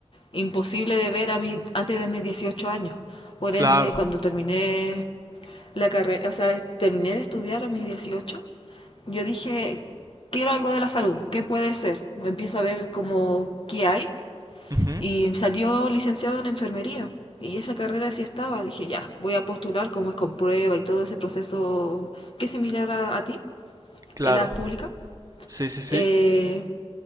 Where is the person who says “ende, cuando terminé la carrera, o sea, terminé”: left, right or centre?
Left